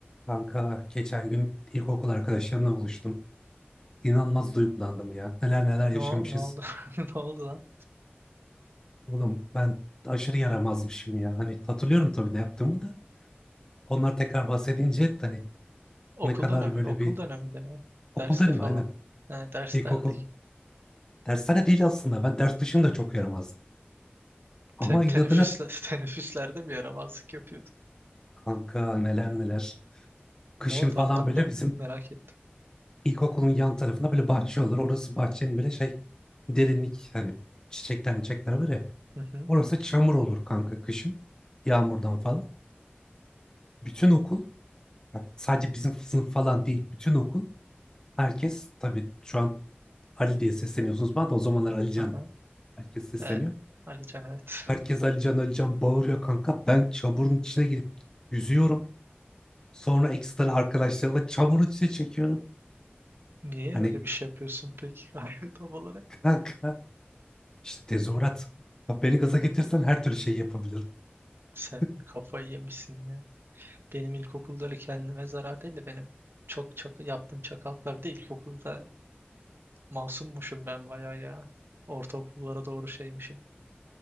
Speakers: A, on the left (about 20°); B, on the right (about 70°).
A: Kanka geçen gün ilkokul arkadaşlarımla buluştum. İnanılmaz duygulandım ya. Neler neler yaşamışız.
B: Ne, ol- ne oldu? <laughs> Ne oldu lan?
A: Oğlum ben aşırı yaramazmışım ya. Hani hatırlıyorum tabii de yaptığımı da. Onlar tekrar bahsedince hani
B: Okul
A: ne kadar
B: dönemi,
A: böyle
B: okul
A: bir
B: döneminde mi?
A: okul
B: Derste
A: değil mi?
B: falan.
A: Aynen.
B: Ne derslerde.
A: İlkokul dershane değil aslında. Ben ders dışında çok yaramazdım. Ama
B: Te
A: inadına
B: teneffüsle <laughs> teneffüslerde bir yaramazlık yapıyordu.
A: kanka neler neler. Kışın
B: Ne oldu
A: falan
B: anlat
A: böyle
B: lan.
A: bizim
B: Merak ettim.
A: ilkokulun yan tarafında böyle bahçe olur. Orası bahçenin böyle şey derinlik hani çiçekler çiçekler var ya.
B: Hı hı.
A: Orası çamur olur kanka kışın. Yağmurdan falan. Bütün okul bak sadece bizim sınıf falan değil. Bütün okul herkes tabii şu an Ali diye sesleniyorsunuz bana da o zamanlar Alican
B: Aha.
A: herkes sesleniyor.
B: E, Ali can evet.
A: Herkes Alican Alican bağırıyor kanka. Ben çamurun içine girip yüzüyorum. Sonra ekstra arkadaşlarla çamurun içine çekiyorum.
B: <laughs> Niye
A: Hani
B: öyle bir şey yapıyorsun peki? <laughs> Tam olarak.
A: kanka işte tezahürat. Bak Beni gaza getirsen her türlü şey yapabilirim.
B: Sen
A: <laughs>
B: kafayı yemişsin ya. Benim ilkokulda öyle kendime zarar değil de benim çok çok yaptığım çakallıklar. Bir de ilkokulda masummuşum ben bayağı ya. Ortaokullara doğru şeymişim.